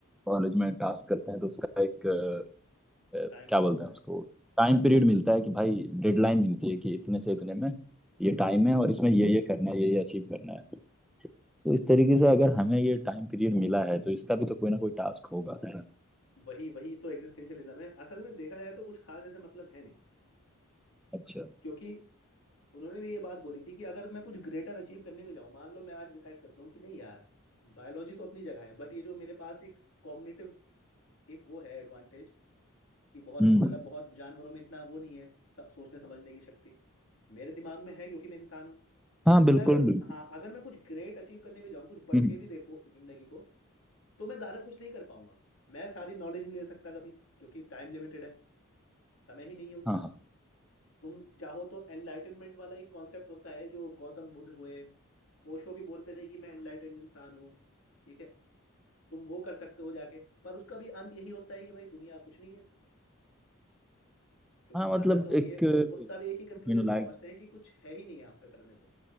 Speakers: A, in the centre; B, on the left.
A: कॉलेज में टास्क करते हैं तो उसका एक अ, अ,
B: टाइम
A: क्या
B: मिलता
A: बोलते हैं उसको
B: है
A: टाइम पीरियड मिलता है कि भाई डेडलाइन मिलती है कि इतने से इतने में ये
B: हम्म
A: टाइम
B: हम्म
A: है और इसमें ये ये करना है ये ये अचीव करना है तो इस तरीके से अगर हमें ये टाइम पीरियड मिला है तो इसका भी तो कोई ना कोई टास्क होगा है ना
B: वही वही तो एग्जिस्टेंशियलिज्म है असल में देखा जाए तो कुछ खास ऐसे मतलब है नहीं
A: अच्छा
B: क्योंकि उन्होंने भी ये बात बोली थी कि अगर मैं कुछ ग्रेटर अचीव करने भी जाऊं मान लो मैं आज डिसाइड करता हूँ कि नहीं यार बायोलॉजी तो अपनी जगह है बट ये जो मेरे पास एक कॉग्निटिव एक वो है एडवांटेज कि बहुत
A: हम्म
B: मतलब बहुत जानवरों में इतना वो नहीं है स- सोचने समझने की शक्ति मेरे दिमाग में है क्योंकि मैं इंसान हूँ
A: हाँ
B: तो
A: बिल्कुल
B: मैं अगर
A: बिल्कुल
B: हाँ अगर मैं कुछ ग्रेट अचीव करने भी जाऊँ कुछ बढ़
A: हम्म,
B: के भी देखो जिंदगी को तो मैं ज़्यादा कुछ नहीं कर पाऊंगा मैं सारी नॉलेज नहीं ले सकता कभी क्योंकि टाइम लिमिटेड है समय ही नहीं है उतना
A: हाँ हाँ
B: तुम चाहो तो एनलाइटनमेंट वाला एक कॉन्सेप्ट होता है जो गौतम बुद्ध हुए ओशो भी बोलते थे कि मैं एनलाइटेंड इंसान हूँ ठीक है तुम वो कर सकते हो जाके पर उसका भी अंत यही होता है कि भाई दुनिया कुछ नहीं है क्योंकि
A: हाँ
B: जाना
A: मतलब
B: तो
A: एक
B: वही है वो सब एक ही कंक्लूजन
A: इनलाइट
B: में पहुंचते हैं कि कुछ है ही नहीं है आप पे करने को